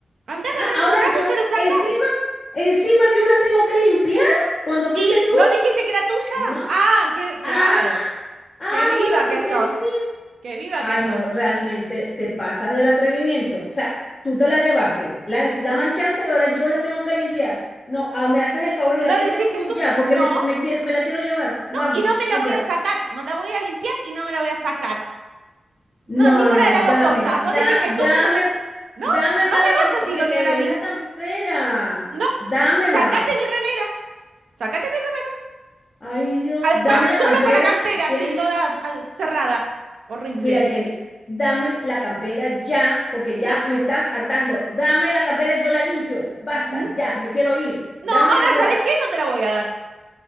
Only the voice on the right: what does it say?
Anda a agarrar
un trapo
y se lo sacás.
¿Y
no dijiste que era tuya?
Ah, que,
claro.
Qué viva
que sos.
Qué viva
que sos.
¿No
decís
que es tuya?
No.
No, y no me la
voy a sacar. No la voy a limpiar y no me la voy a sacar. No,
ninguna
de las
dos cosas. Vos
decís que
es tuya, no la... No,
no me
vas a tironear
a mí.
No.
Sacate mi remera. Sacate mi remera.
Ah,
Va solo
con la campera,
así, toda ah, cerrada. Horrible.
No.
¿Mm?
No,
ahora,
¿sabes qué? No te la voy a dar.